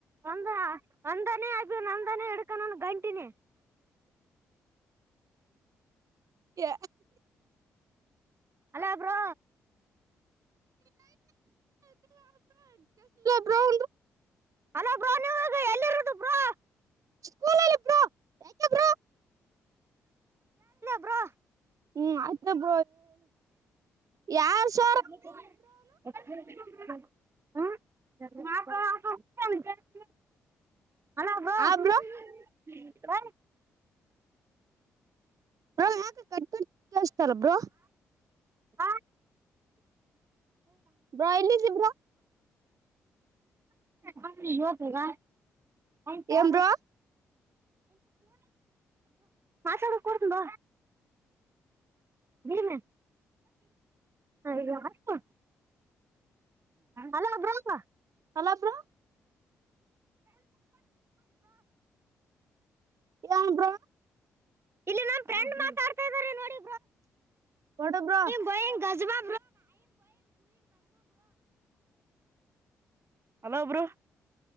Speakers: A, on the right; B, on the right.
A: ಒಂದ ಒಂದನೇ ಅ ನಂದನೇ ಹಿಡ್ಕನ ಗಂಟಿನಿ
B: ಎ
A: ಅಲ ಬ್ರೋ
B: ಬ್ರೌ
A: ಅಲೋ ಬ ನೀ ಎಲ್ಲಿರದುಪ್ಪಾ
B: ಸ್ಕೂಲಲ್ಲಿ ಬ್ರೋ ಯಾಕೆ ಬ್ರೋ
A: ಬ್ರೋ
B: ಹ್ಮ್ ಅತ್ತಬ ಯಾರ
A: ಹ ಹಲಾವ
B: ಆ
A: ಹ್ಮ
B: ಬ್ರೋ ಯಾಕ ಕಟ್ ಕಸ್ತಾರಬ್ರೋ
A: ಹಾ
B: ಬ್ರೋ ಎಲ್ಲಿದೀ ಬ್ರೋ <inaudible>
A: ಹಾಕ್ರಿ ಇವತಿಗ. ಆಯ್ತಾ.
B: ಏನ್ ಬ್ರೋ
A: ಮಾಸ ಕೊಡ್ತಂಬ ಬಿಡಮ ಹ ಅಲೋಬ್ರಮ್ಮ
B: ಹಲಾಪರ ಯಟ
A: ಇಲ್ಲಿ ನಮ್ ್ರೆಂಡ್ ಮಾತಾಡ್ತಾ ಇದ ನೋಡಿ
B: ಹೊಡ ಬ್ರೋ
A: ಬ ಗಜವಾ ಹೆಲೋ ಬ್ರೋ <unintelligible>